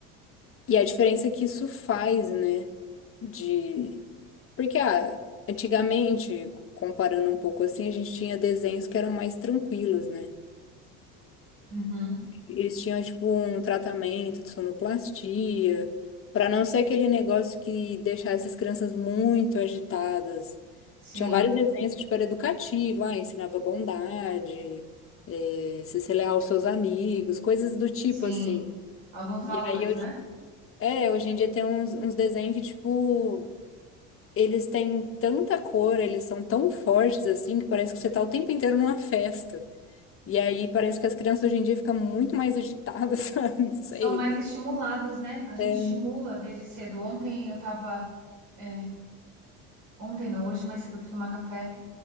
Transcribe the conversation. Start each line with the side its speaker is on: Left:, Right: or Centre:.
Left: e a diferença que isso faz, né? De, porque, ah, antigamente, comparando um pouco assim, a gente tinha desenhos que eram mais tranquilos, né?
Right: Uhum.
Left: Eles tinham, tipo, um tratamento de sonoplastia, para não ser aquele negócio que deixasse as crianças muito agitadas.
Right: Sim,
Left: Tinham vários desenhos que, tipo, era educativo, ah, ensinava bondade, eh, se ser leal aos seus amigos, coisas do tipo,
Right: sim.
Left: assim.
Right: Alguns
Left: E
Right: valores,
Left: aí, hoje,
Right: né?
Left: é, hoje em dia tem uns, uns desenhos que, tipo, eles têm tanta cor, eles são tão fortes, assim, que parece que você tá o tempo inteiro numa festa. E aí parece que as crianças hoje em dia ficam muito mais agitadas, <laughs> sabe? Não sei.
Right: São mais estimuladas, né? A gente
Left: É,
Right: estimula desde cedo. Ontem eu tava. é, Ontem não, hoje mais cedo eu fui tomar café